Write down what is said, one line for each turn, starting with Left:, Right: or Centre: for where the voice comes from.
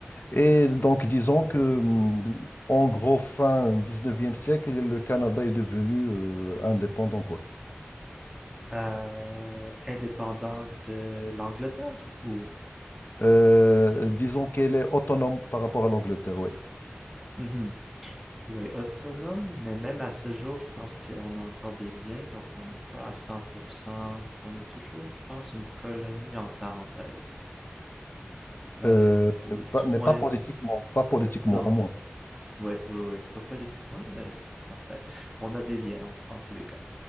Left: Et donc, disons que, hum, en gros, fin 19e siècle, le Canada est devenu euh, indépendant, quoi.
Centre: euh, indépendant de l'Angleterre ou,
Left: Euh, disons qu'elle est autonome par rapport à l'Angleterre, oui.
Centre: Mhm. ou est autonome, mais même à ce jour, je pense qu'on a encore des liens, donc on n'est pas à cent pour cent on est toujours, je pense, une colonie en parenthèse. Euh,
Left: Euh,
Centre: ou
Left: pas-
Centre: du
Left: mais
Centre: moins,
Left: pas politiquement, pas politiquement,
Centre: non,
Left: au moins.
Centre: oui, oui, oui, pas politiquement, mais ah, ouais. on a des liens en, en tous les cas.